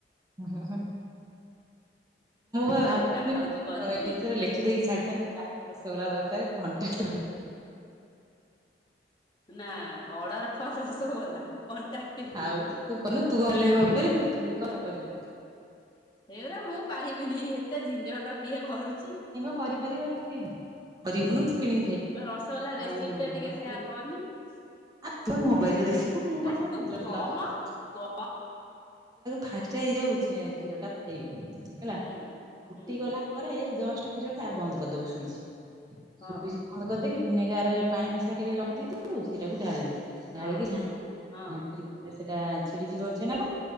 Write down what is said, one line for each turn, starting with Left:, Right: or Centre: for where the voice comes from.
Right: ମୁଁ ଆଉ
Left: ତୁ
Right: ଭାବି
Left: ଏକା ଖାଉଛୁ
Right: ଏଇଥିରେ
Left: କରିକି।
Right: ଲେ ସେ ଦେଇକି ଛାଡ଼ିଥାନ୍ତା, ରଷଗୋଲା ଦରକାର କଣ୍ଟାକ୍ଟ।
Left: ନା order for rasgulla contact, me.
Right: ଆଉ ତୁ କଲୂ ତୁ ଭଲେଇଗି ତୁ ଭାବେ କଣ କରିଦେଖୁ।
Left: ହେଇରା ମୁଁ ପାରିବିନି ଏତେଝିଞ୍ଜଟ କିଏ କରୁଛି?
Right: କରିପାରିବନି କି କରିବୁନୁ ତୁ କିଣିକି ଖାଇବୁ।
Left: ରସଗୋଲା ରେସିପି
Right: ଆଉ
Left: ଟା
Right: ଘରେ,
Left: <unintelligible>
Right: ଆ ତୁ ମୋବାଇଲରେ ଦେଖିବୁ ମୁଁ
Left: ଆ
Right: କଣ କର
Left: ତୁ
Right: ନି। <unintelligible>
Left: କମ କ
Right: ଫାଷ୍ଟରେ ହେଇ ଯାଉଛି କ୍ଷୀର ଟା ଫୁଟେଇବୁ, ହେଲା
Left: ହୁଁ
Right: ଫୁଟିଗଲା
Left: ହୁଁ
Right: ପରେ ଜଷ୍ଟ କ୍ଷୀର ଟା ବନ୍ଦ କରିଦବୁ ସୁଇଚ
Left: ହଁ
Right: ସୁଇଚ ବନ୍ଦ କରିଦେଇକି, ଭିନେଗାର ରେ ପାଣି ମିଶା ଟିକେ ରଖିଦେଇଥିବୁ ସେଇଟାକୁ ଢାଳିବୁ। ଢାଳିକି
Left: ହଁ
Right: ଘାଣ୍ଟିଦବୁ
Left: ହଁ
Right: ଘାଣ୍ଟିଦେଲେ ସେଟା ଛିଡିଯିବ ଛେନାଟା।